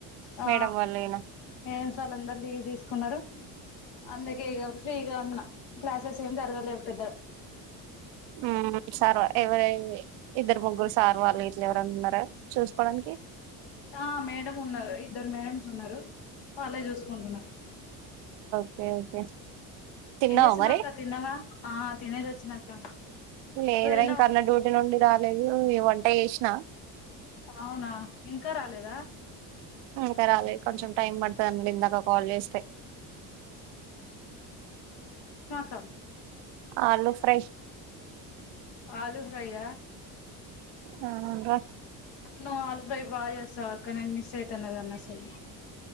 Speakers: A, on the left (about 70°); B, on the right (about 75°).
A: ఆ
B: మేడం వాళ్ళేనా
A: మేడమ్ వాళ్ళంద. లీవ్ దీస్కున్నరు అందుకే ఇగ ఫ్రీగ ఉన్న క్లాసెసేమ్ జరగలేవ్ పెద్దగ.
B: ఉమ్ సార్ ఎవరై ఇద్దర్ ముగ్గురు సారు వాళ్ళు ఇట్లెవరన్నున్నర చూసుకోడానికి.
A: ఆ మేడమున్నారు. ఇద్దరు మేడమ్సున్నరు వాళ్ళే జూసుకుంటున్నరు.
B: కే ఓకే తిన్నావా
A: ఎంజేస్తున్నావక్క
B: మరి
A: తిన్నవా ఆ తినేసివచ్చిన అక్క
B: లేదురఇంక
A: నువ్వు తిన్నావా
B: అన్నడ్యూటీ నుండి రాలేదు ఈ వంట చేసినా
A: అవునా ఇంకారాలేదా
B: ఇంకా రాలేకొంచెం టైం పడతా దన్నాడుఇందాక కాల్ చేస్తే
A: స ప్
B: ఆలో ఫ్రెష్
A: ఆలుూ ప్రైయ
B: ఆ ఇంగా
A: నో అలు ప్రెబా చేస్తావుఅక్క నేను మిస్ అయితనధాని అసలు